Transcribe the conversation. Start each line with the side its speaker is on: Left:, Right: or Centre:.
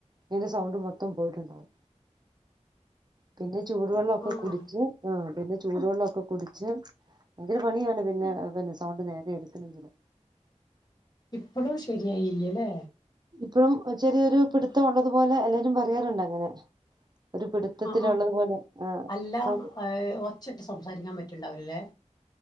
Right: എന്റെ സൗണ്ട് മൊത്തം പോയിട്ടുണ്ടാവും പിന്നെ ചൂടുവെള്ളവൊക്കെ
Left: ആഹ്
Right: കുടിച്ച് ആഹ് പിന്നെ ചൂടുവെള്ളവൊക്കെ കുടിച്ച് ഭയങ്കര പണിയാണ് പിന്നെ പിന്നെ സൗണ്ട് നേരെയെടുക്കണെങ്കില്
Left: ഇപ്പളും ശരിയായില്ല്യല്ലെ
Right: ഇപ്പഴും ചെറിയൊരു പിടുത്ത ഒള്ളതുപോലെ എല്ലാരും പറയാറുണ്ട് അങ്ങനെ ഒരു പിടുത്തത്തിലുള്ളത്
Left: ആ
Right: പോലെ ആഹ്
Left: അല്ല
Right: സൗണ്ട്
Left: ഒച്ചിട്ട് സംസാരിക്കാൻ പറ്റുണ്ടാവുലല്ലേ